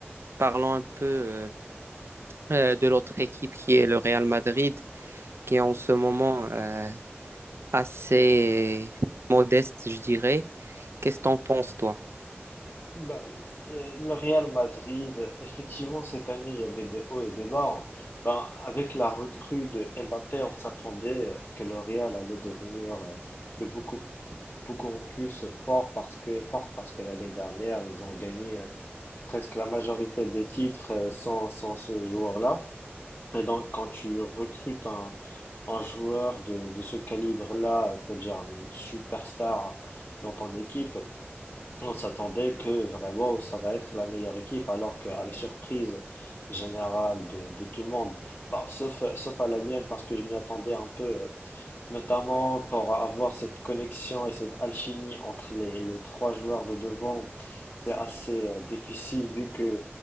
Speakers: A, on the right (about 70°); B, on the left (about 40°).
A: Parlons un peu euh, euh, de l'autre équipe qui est le Real Madrid, qui est en ce moment euh, assez modeste, je dirais. Qu'est-ce que t'en penses, toi?
B: Bah, euh, le Real Madrid, effectivement, cette année, il y avait des hauts et des bas. hein. Bah, avec la recrue de Mbappé, on s'attendait euh, que le Real allait devenir euh, de beaucoup, beaucoup plus fort parce que, forte parce que l'année dernière, ils ont gagné euh, presque la majorité des titres euh, sans, sans ce joueur-là. Et donc, quand tu recrutes un, un joueur de, de ce calibre-là, c'est-à-dire une superstar dans ton équipe, on s'attendait que vraiment ça va être la meilleure équipe, alors qu'à la surprise générale de, de tout le monde, bah, sauf, sauf à la mienne parce que je m'y attendais un peu euh, notamment pour avoir cette connexion et cette alchimie entre les, les trois joueurs de devant. C'est assez euh, difficile vu que